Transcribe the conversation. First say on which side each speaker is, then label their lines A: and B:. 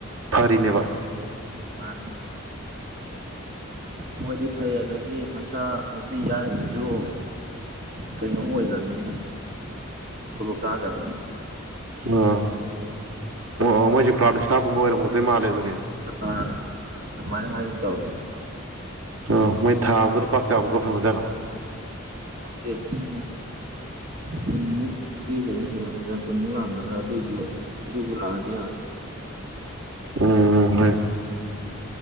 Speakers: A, on the right; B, on the right.
A: ꯐꯔꯤꯅꯦꯕ
B: ꯃꯥꯅꯦ ꯃꯣꯏꯗꯤ ꯐꯩ ꯑꯗꯒꯤ ꯃꯆꯥ ꯅꯨꯄꯤ ꯌꯥꯏꯕꯗꯨꯁꯨ ꯀꯩꯅꯣꯝ ꯑꯣꯏꯈ꯭ꯔꯃꯤꯅꯦ ꯊꯣꯂꯣꯞ ꯆꯥꯈ꯭ꯔꯃꯤꯅꯦ
A: ꯑ ꯑꯣ ꯃꯣꯏꯁꯨ ꯀ꯭ꯔꯥꯎ ꯍꯇꯥꯥꯛꯀꯨꯝꯕ ꯑꯣꯏꯔꯝꯒꯗꯣꯏ ꯃꯥꯜꯂꯦ ꯑꯗꯨꯗꯤ
B: ꯑꯥ ꯑꯗꯨꯃꯥꯏꯅ ꯍꯥꯏꯌꯨ ꯇꯧꯋ
A: ꯑꯣ ꯃꯣꯏ ꯊꯥ ꯑ ꯑꯃꯗ ꯂꯨꯄꯥ ꯀꯌꯥꯃꯨꯛꯀ ꯐꯪꯒꯖꯥꯅꯣ
B: ꯗꯤ ꯑꯗꯨꯝ ꯀꯨꯟꯃꯨꯛꯇꯤꯦ ꯑꯗꯨꯝ ꯍꯦꯜꯂꯝꯒꯗ꯭ꯔꯥ ꯀꯨꯟꯃꯨꯛ ꯂꯥꯡꯒꯗ꯭ꯔꯥ ꯑꯗꯨꯑꯣꯏꯁꯨ ꯑꯗꯨꯕꯨ ꯂꯗꯤ <unintelligible>
A: ꯎꯝ ꯍꯣꯏ